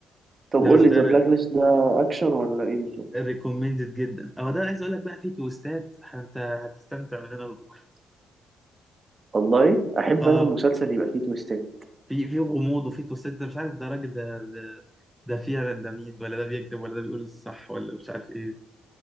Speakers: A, on the right; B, in the centre.
A: طب
B: لا
A: قول
B: بس
A: لي
B: ده
A: ذا بلاك ليست ده اكشن ولا ايه بالظبط
B: ريكومندد جدا اهو ده عايز اقول لك بقى فيه تويستات انت هتستمتع من هنا لبكره
A: والله احب
B: اه
A: انا المسلسل يبقى فيه تويستات
B: في في غموض وفي توسات ده مش عارف ده راجل ده ده ده فعلا ده مين ولا ده بيكذب ولا ده بيقول الصح ولا مش عارف ايه